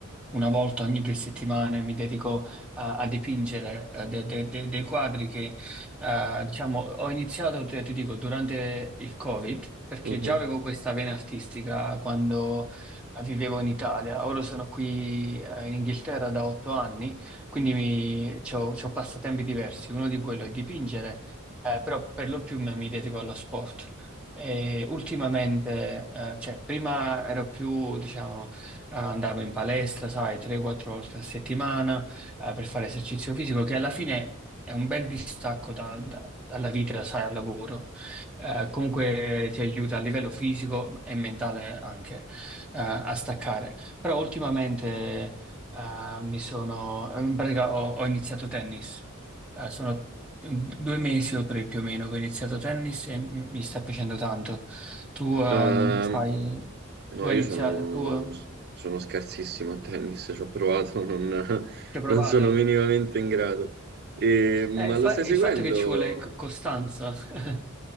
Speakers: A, in the centre; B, on the right.
A: una volta ogni due settimane, mi dedico a, a dipingere eh, de- de- de- dei quadri che, eh, diciamo, ho iniziato, te- ti dico, durante il Covid, perché
B: Mhm.
A: già avevo questa vena artistica quando eh, vivevo in Italia, ora sono qui, eh, in Inghilterra da otto anni, quindi mi, c'ho, c'ho passatempi diversi, uno di quello è dipingere eh, però per lo più mi mi dedico allo sport. E ultimamente, eh, cioè, prima ero più, diciamo, eh, andavo in palestra, sai, 3-4 volte a settimana, eh, per fare esercizio fisico, che alla fine è un bel distacco da- da- dalla vita, sai, al lavoro. Eh, comunque ti aiuta a livello fisico e mentale anche, eh, a staccare. Però ultimamente, eh, mi sono, in pratica ho ho iniziato tennis. Eh, sono Due mesi o tre più o meno che ho iniziato tennis e mi mi sta piacendo tanto. Tu ehm,
B: Ehm,
A: fai,
B: no,
A: tu hai
B: io
A: iniziato,
B: sono,
A: tu eh,
B: sono scarsissimo a tennis, ci ho provato, <laughs> non,
A: ci hai provato.
B: non sono minimamente in grado. E- ma
A: Eh, il,
B: lo
A: fa-
B: stai
A: il
B: seguendo?
A: fatto è che ci vuole co- costanza, <laughs>